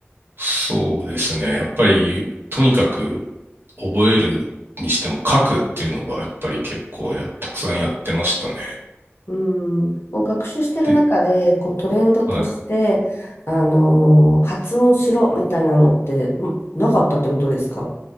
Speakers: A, on the right; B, on the left.
A: そうですね。やっぱり、とにかく覚えるにしても書くっていうのがやっぱり結構や、たくさんやってましたね。
B: うん、こう学習してる中でこうトレンドとして、
A: で、は
B: あのー発音しろみたいなのってんなかったってことですか